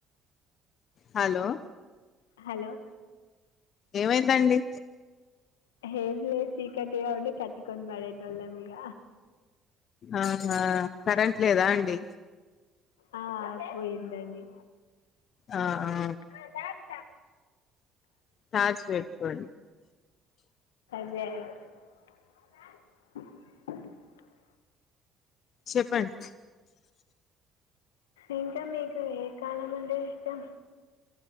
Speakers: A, on the left; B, on the left.
A: హలో
B: హలో
A: ఏమైందండి
B: ఏం లేదు చీకటిగా ఉండి కట్టుకొని పనిటోళ్ల ఈగ
A: ఆహా కరెంట్ లేదా అండి
B: ఆ పోయిందండి
A: ఆ
B: అ ద
A: టార్చ్ పెట్టుకోండి
B: వ
A: చెప్పండి
B: ఇంకా మీకు ఏ కాలమంట ఇష్టం